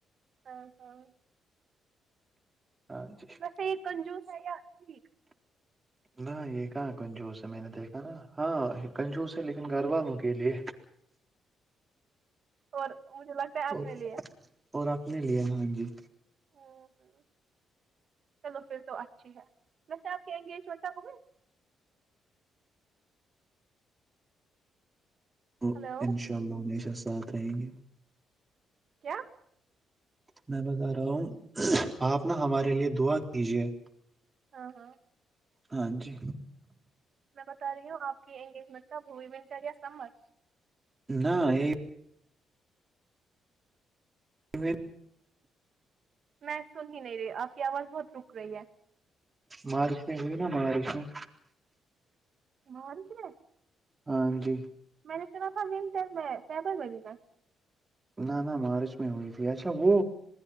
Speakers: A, on the right; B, on the right.
A: ہاں ہاں
B: ہاں جی
A: ویسے یہ کنجوس ہے یا ٹھیک
B: نہ یہ کہاں کنجوس ہے میں نے دیکھا نا ہاں کنجوس ہے لیکن گھر والوں کے لیے
A: اور مجھے لگتا ہے
B: اور
A: اپنے لیے
B: اور اپنے لیے ہاں جی
A: ہ ہ چلو پھر تو اچھی ہے ویسے آپ کے انگیجمنٹبئے
B: تو
A: ہلو
B: انشاء اللہ ہمیشہ ساتھ رہیں گے
A: کیا
B: میں بتا رہا ہوں آپ نا ہمارے لیے دعا کیجیے
A: ہاں ہاں
B: ہاں جی
A: میں بتا رہی ہوں آپ کی انگیجمنٹ کا ہوی ونٹر یا سمر
B: نہ یہ و
A: میں سن ہی نہیں رہی آ کی آواز بہت رک رہی ہے
B: ماریس میں جو نا ماریس میں
A: ن منسے
B: ہاں جی
A: میں نے سنا تھا ولٹل میں بر میں لینا
B: نہ نہ مارچ میں ہوئی تھی اچھا وہ